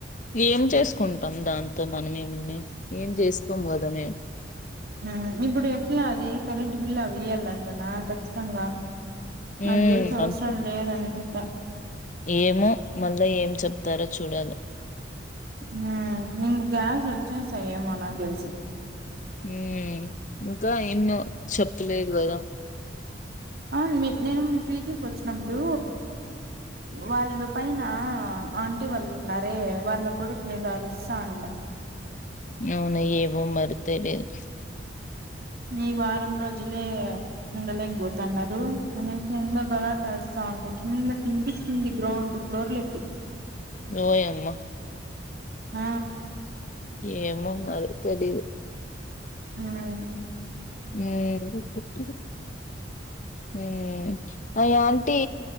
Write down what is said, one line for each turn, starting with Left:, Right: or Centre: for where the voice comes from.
Left: ఏం చేసుకుంటాం దాం తో మనం ఏం చేసుకోం కదా మేము
Right: హా ఇప్పుడు ఎట్లా అది కరెంట్ బిల్ అవి ఇయ్యాలంటనా ఖచ్చితంగా
Left: హు
Right: నాకు తెలిసి అవసరం లేదనుకుంటా
Left: ఏమో మళ్ళా ఏం చెప్తారో చూడాలి
Right: హు ఇంగ గ్యాస్ లు వచ్చేసాయేమో నాకు తెలిసి
Left: హు ఇంకా ఎన్నో చెప్పలేదు కదా
Right: ఆ నేను మీ పిజికి వచ్చినప్పుడు వాళ్ళు పైన ఆంటీ వాళ్ళు ఉన్నారే వాళ్ళ కొడుకు ఏదో అరుస్తండ
Left: అవున ఏవో మరి తెలీదు
Right: ఈ వారం రోజులే ఉండలేకపోతున్నారు మన సెందో గలాటా అంట కిందకి వినిపించింది గ్రౌండ్ ఫ్లోర్లకి
Left: ఓయమ్మ
Right: మ్
Left: ఏమో మరి తెలిదు
Right: ఉమ్
Left: ఉమ్ మ్ ఆ యాం టి